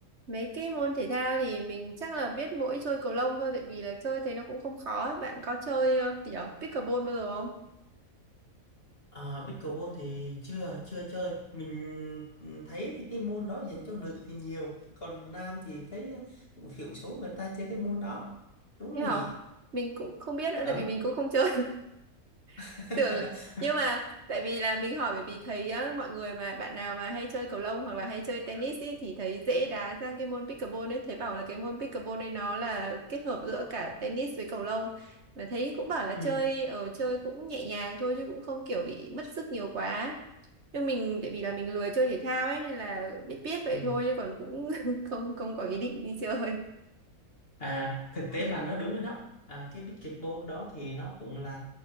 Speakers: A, on the right; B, on the left.
A: Mấy cái môn thể thao thì mình chắc là biết mỗi chơi cầu lông thôi tại vì là chơi thế nó cũng không khó. ấy. Bạn có chơi ờ, kiểu pickleball bao giờ không?
B: à, pickleball thì chưa chưa chơi mình thấy thì cái môn đó dành cho nữ thì nhiều còn nam thì thấy cũng thiểu số người ta chơi cái môn đó đúng không
A: Thế hả?
B: nhỉ
A: Mình cũng không biết nữa
B: Đó.
A: tại vì mình cũng không chơi.
B: <laughs>
A: <laughs> Tưởng là- nhưng mà tại vì là mình hỏi bởi vì thấy á, mọi người mà bạn nào mà hay chơi cầu lông hoặc là hay chơi tennis ý, thì thấy dễ đá sang cái môn pickleball ấy, thấy bảo là cái môn pickleball ấy nó là kết hợp giữa cả tennis với cầu lông. Mà thấy cũng bảo là
B: ừ.
A: chơi ở chơi cũng nhẹ nhàng thôi chứ cũng không kiểu bị mất sức nhiều quá nhưng mình tại vì là mình lười chơi thể thao ấy nên là biết biết vậy
B: Ừ.
A: thôi chứ còn cũng <laughs> không không có ý định đi chơi
B: À, thực tế
A: ừ.
B: bà nói đúng rồi đó. À, cái pickleball đó thì nó cũng là